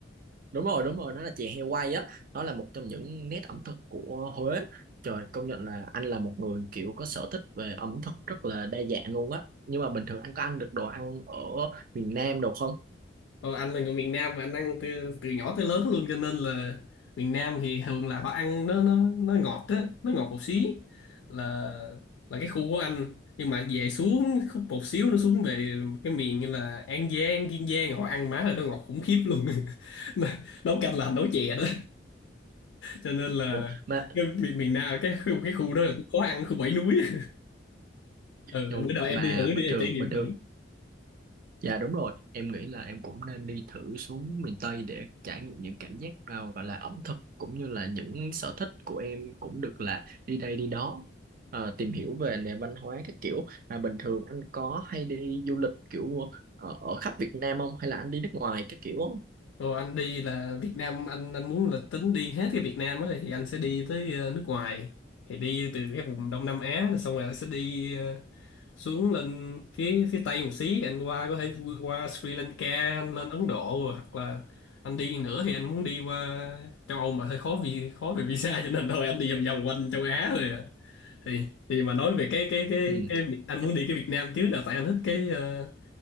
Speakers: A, on the right (about 45°); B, on the left (about 80°).
A: đúng rồi đúng rồi nó là chè heo quay á nó là một trong những nét ẩm thực của Huế trời công nhận là anh là một người kiểu có sở thích về ẩm thực rất là đa dạng luôn á nhưng mà bình thường anh có ăn được đồ ăn ở miền Nam đồ không
B: Ồ, anh là người miền Nam mà anh ăn từ từ nhỏ tới lớn luôn cho nên là miền Nam thì thường là họ ăn nó nó nó ngọt á, nó ngọt một xí là là cái khu của anh nhưng mà về xuống khúc một xíu nó xuống về cái miền như là An Giang, Kiên Giang họ ăn má rồi nó ngọt khủng khiếp luôn. <laughs> Nó- nấu canh là nấu chè đó cho nên là
A: Ủa, mà
B: cái miền miền Nam cái khu cái khu đó là khó ăn khu bảy núi. <laughs> Ừ,
A: Ồ,
B: bữa nào em
A: mà
B: đi thử đi
A: bình
B: em
A: thường
B: trải nghiệm
A: bình thường
B: thử.
A: Dạ đúng rồi, em nghĩ là em cũng nên đi thử xuống miền Tây để trải nghiệm những cảm giác à, gọi là ẩm thực cũng như là những sở thích của em cũng được là đi đây đi đó à, tìm hiểu về nền văn hóa các kiểu. Mà bình thường anh có hay đi du lịch kiểu ở, ở khắp Việt Nam không hay là anh đi nước ngoài các kiểu không?
B: Ồ, anh đi là Việt Nam anh anh muốn là tính đi hết cái Việt Nam ấy, thì anh sẽ đi tới ờ, nước ngoài thì đi từ cái vùng Đông Nam Á rồi xong rồi anh sẽ đi ờ, xuống lên phía phía Tây một xí anh qua có thể qua Sri Lanka anh lên Ấn Độ rồi, hoặc là anh đi nữa thì anh muốn đi qua châu Âu mà hơi khó vì khó về visa cho nên thôi anh đi vòng vòng quanh châu Á rồi à. thì thì mà nói về cái cái cái
A: Ừ.
B: cái Việt- anh
A: Em,
B: muốn đi cái Việt Nam trước là tại anh thích cái ờ,